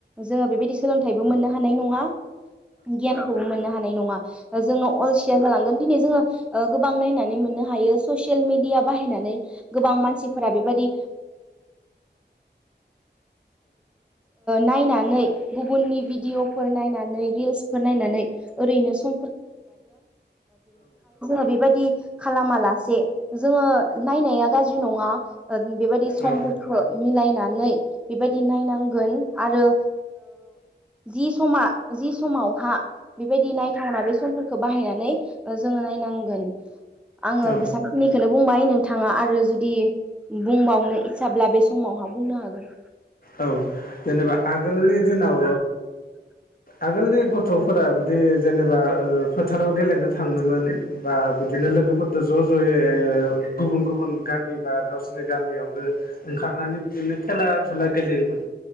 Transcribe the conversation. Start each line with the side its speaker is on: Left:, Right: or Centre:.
Centre: जोङो बेबायदि सोलोंथाइबो मोननो हानाय नङा। गियानखौ मोननो हागोन। जोङो अलसिया जालांगोन दिनै जोङो गोबां नायनानै मोननो हायोे ससियेल मिडिया बाहायनानै गोबां मानसिफोरा बेबायदि। नायनानै गुबुननि भिडिअ'फोर नायनानै रिल्सफोर नायनानै ओरैनो। <inaudible> बिबादि खालाम लासे जोङो नायनाया गारज्रि नङा बेबादि सम
Left: औ
Centre: मिलायनानै बेबायदि नायनांगोन आरो। जि समा जि समावहा बेबायदि नायथावना बे समफोरखौ बाहायनानै जोङो। नायनांगोन आङो
Left: औ
Centre: बेसेबांखिनिखौ बुंबाय नोंथाङा आरो जुदि बुंबावनो इस्साब्ला बे समावहा बुंनो हागोन।
Left: औ जेनेबा आगोलनि दिनाव आगोलनि गथ'फोरा बिदि जेनेबा फोथाराव गेलेनो थाङोमोन बा। बिदिनो लोगोफोरजों ज' ज'यै गुबुन गुबुन गामि बा गावसोरनि गामियावनो ओंखारनानै बिदिनो खेला धुला गेलेयोमोन